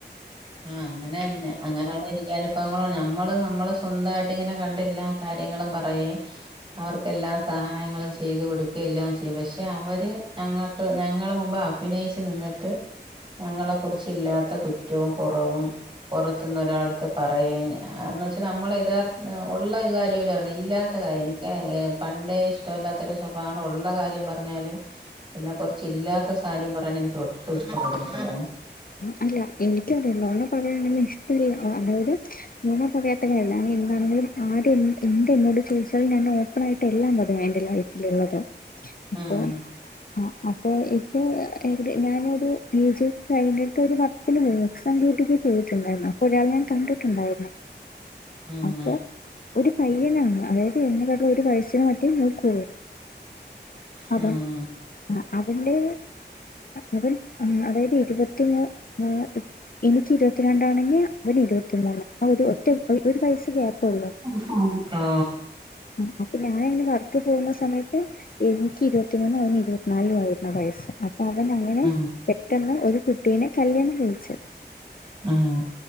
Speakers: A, on the right (about 25°); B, on the left (about 55°).
A: ആ അങ്ങനെ ന്നെ അങ്ങനെയുള്ള എനിക്ക് അനുഭവങ്ങള് നമ്മള് നമ്മള് സ്വന്തായിട്ട് ഇങ്ങനെ കണ്ടില്ല കാര്യങ്ങള് പറയെ അവർക്കെല്ലാ സഹായങ്ങളും ചെയ്തു കൊടുക്കേം എല്ലാം ചെയ്യും പക്ഷെ അവര് ഞങ്ങൾക്ക് ഞങ്ങളെ മുമ്പെ അഭിനയിച്ചു നിന്നിട്ട് ട്ട് ഞങ്ങളെ കുറിച്ചില്ലാത്ത കുറ്റോം കൊറവും പൊറത്തുന്നൊരാൾടെടെത്തു പറയേം ന്നു വെച്ചാ നമ്മളെ യഥാർത്ഥ ഒള്ള ഒരു കാര്യം ഇല്ലാത്ത കാര്യം എനിക്ക് പണ്ടേ ഇഷ്ടല്ലാത്തൊരു സ്വഭമാ ഉള്ള കാര്യം പറഞ്ഞാലും എന്നെ കുറിച്ച് ഇല്ലാത്ത സാര്യം പറയണത് എനിക്ക് ഒട്ടും ഇഷ്ടപ്പെടാത്തതാണ്
B: അല്ല എനിക്കറിയ നൊണ പറയണത് ഇഷ്ടല്യ അതായത് നൊണ പറയാത്തയല്ല അവൻ എന്താണങ്കിലും ആര് എന്ത് എന്നോട് ചോയ്ച്ചാലും ഞാൻ ഓപ്പൺ ആയിട്ട് എല്ലാം പറയും എന്റെ ലൈഫ് ലുള്ളതാ അപ്പോ
A: ആഹ്
B: ആ അപ്പോ എപ്പോഏകദേ ഞാനൊരു ഏജ് കഴിഞ്ഞിട്ട് ഒരു വർക്കിന് പോയി എക്സാം ഡ്യൂട്ടിക്ക് പോയിട്ടുണ്ടായിരുന്നു അപ്പൊഴാ ഞാൻ കണ്ടിട്ടുണ്ടായിരുന്നു
A: മ്
B: അപ്പൊ ഒരു പയ്യനാണ് അതായത് എന്നെ ക്കാട്ടി ഒരു വയസിനു മറ്റേ മൂക്കൊള്ളൂ
A: ഉം
B: അതെ ആഹ് അവന്റെ അവൻ അതായത് ഇരുപത്തിനാ നാ എനിക്ക് ഇരുപത്തിരണ്ടാണെങ്കിൽ അവന് ഇരുപത്തി മൂന്ന് ആ ഒര്‌ ഒറ്റ ഒരു ഒരു വയസ്സ് ഗ്യാപ്പുള്ളു
A: ആ ഹാ
B: ആ അപ്പൊ ഞാനിന്ന് വർക്ക് പോകുന്ന സമയത്ത് ഇവ ക്ക് ഇരുപത്തി മൂന്നും അവന് ഇരുപത്തിനാലും ആയിരുന്ന്‌ വയസ് അവൻ അങ്ങനെ
A: ഉം
B: പെട്ടെന്ന് ഒരു കുട്ടീനെ കല്യാണം കഴിച്ച്
A: ഉം